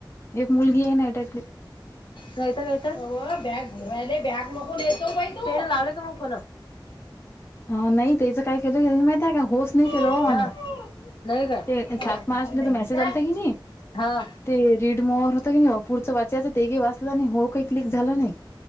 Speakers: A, on the left; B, on the left.
A: एक मुलगी हाय नात्यातली
B: जायचं कत बॅग भरू राहिले, बॅग नको नेत जाऊ बाई तु, तेन लावले काय मग फोन?
A: हा नाही त्याचं काय केलं माहितीय का, होस नाही केलं
B: हा
A: हो आम्ही.
B: नाही काय
A: ते सात
B: बँकेचा
A: मार्चलात मेसेज आलत कीनी
B: हा.
A: ते, रीड मोर होत की नाही, पुढचं वाचायच तेे वाचलं की नाही, हो काही क्लिक झाला नाही,